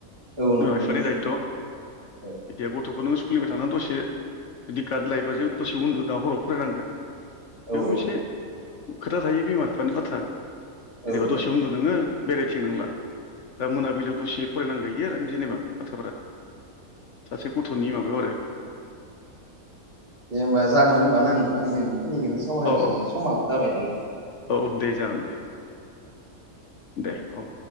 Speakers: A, on the right; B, on the left.
A: औ
B: बिमा
A: न'खरनि
B: बिफानि दायथ'
A: औ
B: बिदि गथ'खौ नों स्कुलनिफ्राय थानानै दसे जुदि गाद लायबासो दसे उन्दु दा हराव फरायनांगो
A: औ
B: बेबो मोनसे खोथा थायो बिमा बिफानि बाथ्रा जेनेबा
A: औ औ
B: दसे उन्दु नोङो बेरायथिं नंला दा मोनाबिलियाव दसे फरायनांगोइदि आरो जेनेबा बाथ्राफोरा सासे गथ'नि माबायाव आरो
A: दे होमबा जागोन होमब ना नोंथां जोंखिनिखौनो सावहरायबाय
B: अ अ
A: समाबो जाबाय नालाय
B: औ दे जागोन दे दे औ